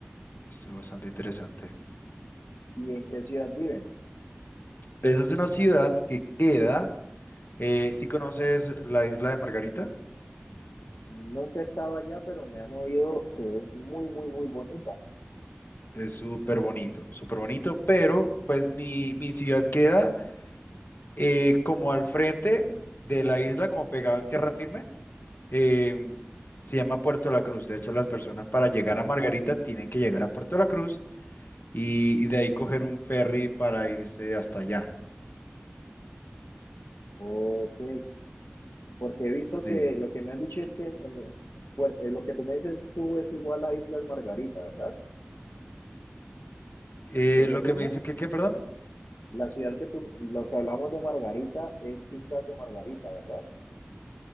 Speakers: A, on the left; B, on the left.
A: Estuvo bastante interesante.
B: ¿Y en qué ciudad viven?
A: Esa es una ciudad que queda, eh, si conoces la isla de Margarita,
B: Nunca he estado allá, pero me han oído que es muy, muy, muy bonita.
A: es súper bonito, súper bonito, pero pues mi, mi ciudad queda eh, como al frente de la isla, como pegado en tierra firme eh, se llama Puerto La Cruz. De hecho, las personas para llegar a Margarita tienen que llegar a Puerto La Cruz y, y de ahí coger un ferry para irse hasta allá.
B: Ok, porque he visto
A: Sí.
B: que lo que me han dicho es que en- en- puer- eh, lo que tú me dices tú es igual a Islas Margarita, ¿verdad?
A: Eh,
B: ¿Es lo
A: lo
B: mismo?
A: que me dice que, ¿qué, perdón?
B: La ciudad que tú, lo que hablamos de Margarita es Islas de Margarita, ¿verdad?